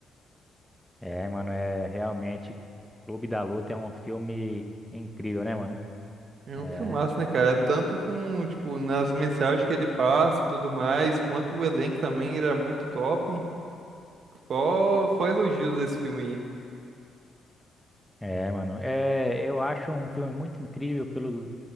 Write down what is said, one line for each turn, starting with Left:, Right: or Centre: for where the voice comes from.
Centre: É, mano, é realmente Clube da Luta é um filme incrível, né, mano?
Right: É
Centre: É,
Right: um filmaço, né, cara? Tanto com, tipo, nas mensagens que ele passa e tudo mais, quanto o elenco também era muito top. Só, só elogios desse filme aí.
Centre: é, mano. É, eu acho um filme muito incrível pelo,